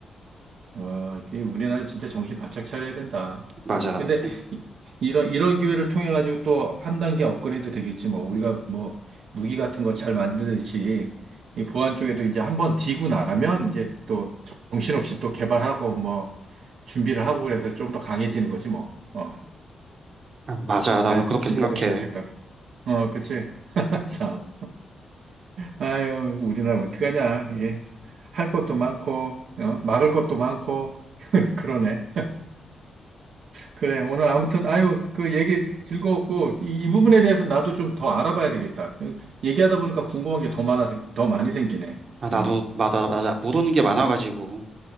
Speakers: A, on the right (about 75°); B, on the right (about 55°).
A: 와, 이게 우리나라 진짜 정신 바짝 차려야 된다.
B: 맞아.
A: 근데 이, 이런 이런 기회를 통해 가지고 또 한 단계 업그레이드 되겠지 뭐. 우리가 뭐 무기 같은 거 잘 만드듯이 이 보안 쪽에도 이제 한번 디고 나면 이제 또 정신없이 또 개발하고 뭐 준비를 하고 그래서 좀 더 강해지는 거지 뭐. 어.
B: 아, 맞아.
A: 잘
B: 나도 그렇게
A: 준비가
B: 생각해.
A: 됐으면 좋겠다. 어, 그치? <laughs> 참. 아유, 우리나라 어떡하냐. 이게 할 것도 많고, 어? 막을 것도 많고, <laughs> 그러네. 그래. 오늘 아무튼, 아유, 그 얘기 즐거웠고, 이, 이 부분에 대해서 나도 좀 더 알아봐야 되겠다. 얘기하다 보니까 궁금한 게 더 많아, 더 많이 생기네.
B: 아, 나도,
A: 음,
B: 맞아, 맞아. 못 오는 게 많아가지고